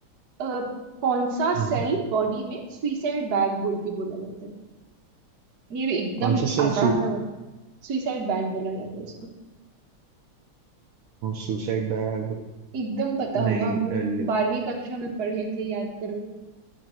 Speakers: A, on the right (about 50°); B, on the right (about 75°).
A: अ, कौन सा
B: हम्म।
A: सेल बॉडी में सुइसाइड बैग बोल के बोला जाता है ये भी एकदम
B: कौन सा सेल
A: आसान सा बात सुइसाइड बैग बोला जाता है इसको
B: Suicide bag
A: एकदम पता होगा
B: नहीं
A: हम लोग
B: अ, ल-
A: बारहवीं कक्षा में पढ़े थे याद करो